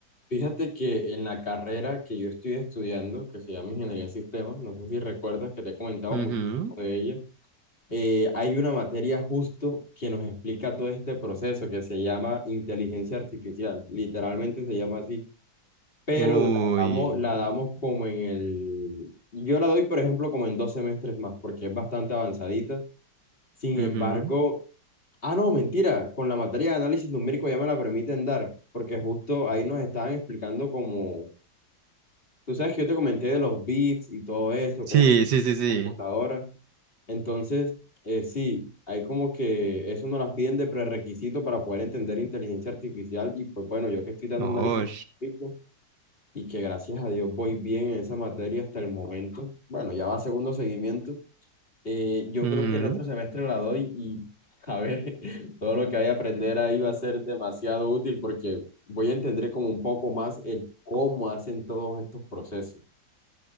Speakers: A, on the left; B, on the right.
A: Fíjate que en la carrera que yo estoy estudiando, que se llama Ingeniería en Sistemas, no sé si recuerdas que te he comentado
B: Ujú.
A: muchísimo de ella, eh, hay una materia justo que nos explica todo este proceso que se llama inteligencia artificial, literalmente se llama así, pero
B: Uy.
A: la damos, la damos como en el... Yo la doy, por ejemplo, como en dos semestres más, porque es bastante avanzadita. Sin
B: Ujú.
A: embargo, ah, no, mentira, con la materia de análisis numérico ya me la permiten dar, porque justo ahí nos estaban explicando como, tú sabes que yo te comenté de los bits y todo eso,
B: Sí,
A: cómo
B: sí, sí, sí.
A: computadora. Entonces, eh, sí, hay como que eso nos las piden de prerequisito para poder entender inteligencia artificial y pues bueno, yo que estoy dando
B: Oh.
A: análisis científico y que gracias a Dios voy bien en esa materia hasta el momento, bueno, ya va segundo seguimiento, eh, yo
B: <laughs>
A: creo que el otro semestre la doy y a ver, <laughs> todo lo que vaya a aprender ahí va a ser demasiado útil porque voy a entender como un poco más el cómo hacen todos estos procesos.